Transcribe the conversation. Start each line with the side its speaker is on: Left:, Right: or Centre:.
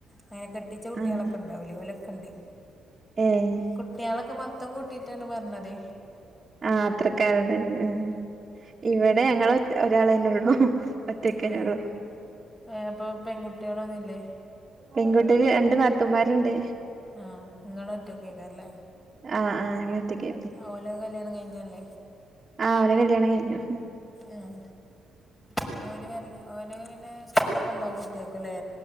Left: അങ്ങനെ കെട്ടിച്ച കുട്ടികളക്കെണ്ടാവൂലേ
Right: ആഹ്
Left: ഓലക്കെണ്ട്.
Right: ഏഹ്
Left: കുട്ടികളൊക്കെ മൊത്തം കൂട്ടിട്ടാണ് പറഞ്ഞത്
Right: ആത്രക്കാരുടെത് ഉം ഇവിടെ ഞങ്ങള് ഒ ഒരാളന്നേ ഉള്ളൂ. ഒറ്റക്കന്നെ
Left: ആഹ്
Right: ഉള്ളു
Left: ഏ അപ്പൊ പെൺകുട്ടികളൊന്നുംല്ലേ
Right: പെങ്കു ട്ടി രണ്ട് നാത്തൂന്മാരെണ്ട്.
Left: ആ ഇങ്ങള് ഒറ്റക്കായ്ക്കും അല്ലേ
Right: ആഹ് ആഹ് ഞങ്ങളൊറ്റക്ക്
Left: ആ ഓല് കല്യാണം കഴിഞ്ഞതല്ലേ?
Right: ആ ഓരെ കല്യാണം കഴിഞ്ഞു.
Left: ഉം പിന്നെ ഓന് വൽ ഓന് പിന്നെ സ്കൂളൊക്കെ ഇണ്ടാവും കുട്ടികക്കല്ലേ